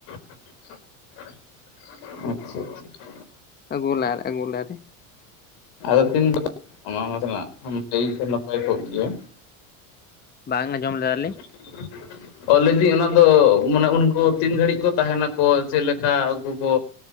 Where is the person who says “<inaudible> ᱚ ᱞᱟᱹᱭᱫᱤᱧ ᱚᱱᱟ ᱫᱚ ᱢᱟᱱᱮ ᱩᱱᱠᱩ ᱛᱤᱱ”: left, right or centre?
Left